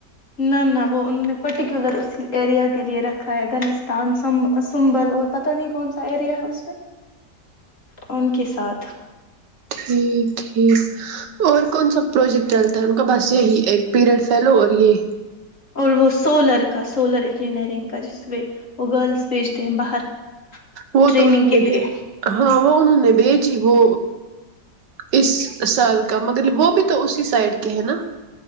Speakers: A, on the left; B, on the right.
A: نہ نہ وہ انہوں نے پرٹیکولر اس ایریا کے لیے رکھا ہے گنستان سنبل اور پت نہیں کون سا ایریا ہے اس میں ان کے ساتھ <inaudible>
B: <unintelligible> ٹھیک ٹھیک اور کون سا پروجیکٹ چلتا ہے ان کا بس یہی ایک پیریڈ پھیلو اور یہ
A: اور وہ سولر کا سولر انجینئرنگ کا جس پ وہ گرلس بھیجتے ہیں باہر <unintelligible>
B: وہ
A: ٹریننگ
B: تو انہوں
A: کے لیے
B: نے ہاں وہ انہوں نے بیچ <unintelligible> جی وہ اس سال کا م وہ بھی تو اسی سائڈ کے ہے نا <unintelligible>